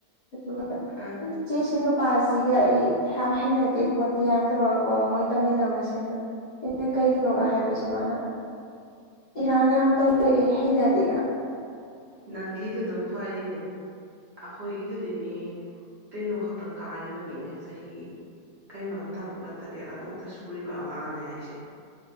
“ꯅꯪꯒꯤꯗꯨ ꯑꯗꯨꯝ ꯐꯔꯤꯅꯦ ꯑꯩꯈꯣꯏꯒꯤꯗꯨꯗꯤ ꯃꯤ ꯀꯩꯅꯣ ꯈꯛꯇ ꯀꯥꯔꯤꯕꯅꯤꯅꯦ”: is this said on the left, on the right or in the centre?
Right